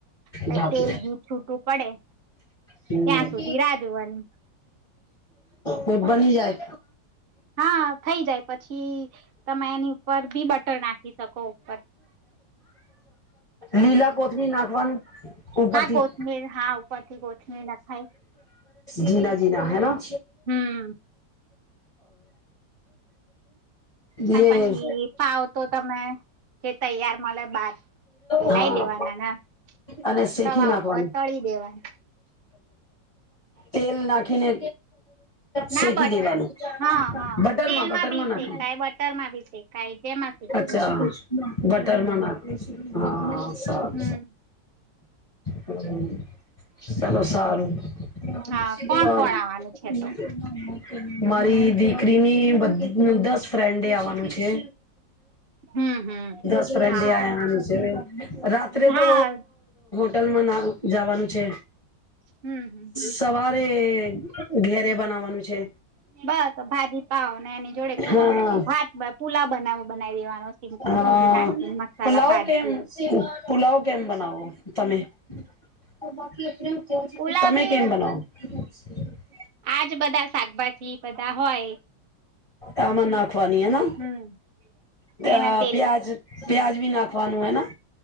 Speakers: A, on the right; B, on the left.
A: પ
B: બાકી
A: તેલ ઘી છૂટું પડે
B: હતું.
A: ત્યાં સુધી રાહ જોવાની
B: બ બની જાય
A: હા થઈ જાય પછી તમે એની ઉપર બી બટર નાખી શકો ઉપર હમ
B: લીલા કોથળી નાખવાનું ઉપરથી
A: હા કોથમીર હા ઉપરથી કોથમીર નખાય
B: જીના જના હેા
A: હમ
B: જે
A: અને
B: <unintelligible>
A: પછી
B: એ
A: પાવ તો તમે જે તૈયાર મળે બાર એ
B: હા
A: લાઈ દેવાના
B: અને શેકી
A: તવા
B: નાખવાનું
A: ઉપર તળી દેવાના
B: તેલ નાખીને
A: ના
B: શેકી
A: બટ
B: દેવાની
A: હા હા
B: બટર
A: તેલમાં
B: માં બટર
A: બી
B: માં નાખ
A: શેકાય બટરમાં બી શેકાય જેમાં શેકવું
B: ચાલ
A: હોય
B: બટર મના હા સબ
A: હમ
B: હમ ચાલો સારું <unintelligible>
A: હા કોણ કોણ આવવાનું છે તો
B: મારી દીકરીની દસ ફ્રેન્ડ આવવાનું છે
A: હમ હમ
B: દસ ફ્રેડ
A: હા
B: આયા રાત્રે
A: હા
B: તો હોટલમાં ના જવાનું છે
A: હમ હમ
B: સવારે ઘેરે બનાવા નું છે
A: બ તો ભાજી પાવ ને એની જોડે થોડો
B: હા
A: ભાત પુલાવ બનાવો બનાવી દેવાનો સિમ
B: હા
A: બધું નાખીને મસાલા
B: પુલાવ
A: ભાત
B: કેમ
A: જેવું
B: પુલાવ કેમ બનાવો તમે તો બાકી આપડી
A: પુલાવ
B: તમે
A: બી
B: કેમ
A: બસ
B: બનાવો <unintelligible> <unintelligible>
A: આજ બધા શાકભાજી બધા હોય
B: આમ નાખવાની હેના
A: હમ
B: ત
A: એના તેલ
B: પ્યાજ
A: હમ
B: પ્યાજ ભી નાખવાનું હેના